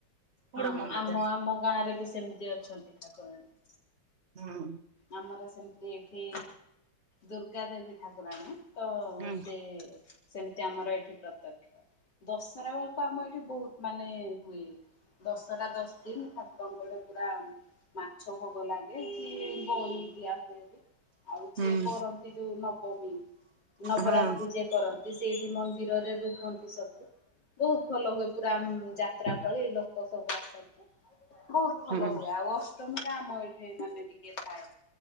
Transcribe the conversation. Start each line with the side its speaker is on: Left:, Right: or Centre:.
Right: ବଡ
Left: ହଁ
Right: ମନ୍ଦିର
Left: ଆମ ଆମ ଗାଁରେ ବି ସେମତି ଅଛନ୍ତି ଠାକୁରାଣୀ।
Right: ହଁ।
Left: ଆମର ସେମତି ଏଠି ଦୁର୍ଗା ଦେବୀ ଠାକୁରାଣୀ। ତ
Right: ହୁଁ
Left: ସେ ସେମତି ଆମର ଏଠି ପ୍ରତ୍ୟକ୍ଷ। ଦଶରା ବେଳକୁ ଆମ ଏଇଠି ବହୁତ୍ ମାନେ ହୁଏ ଦଶରା ଦଶ ଦିନ୍ ଠାକୁରଙ୍କର ପୁରା ମାଛ ଭୋଗ ଲାଗେ <unintelligible> ଦିଆ ହୁଏ ବି ଆଉ
Right: ହୁଁ
Left: ଯିଏ କରନ୍ତି ଯୋଉ ନବମୀ ନବରାତ୍ରି।
Right: ହଁ
Left: ଯିଏ କରନ୍ତି ସେଇଠି ମନ୍ଦିରରେ ରୁହନ୍ତି ସବୁ। ବହୁତ୍ ଭଲ ହୁଏ ପୁରା ଯାତ୍ରା ଭଳି ଲୋକ ସବୁ ଆସନ୍ତି। ବହୁତ୍ ଭଲ
Right: ହୁଁ
Left: ହୁଏ ଆଉ ଅଷ୍ଟମୀ ଟା ଆମ ଏଠି ମାନେ ଟିକେ <unintelligible>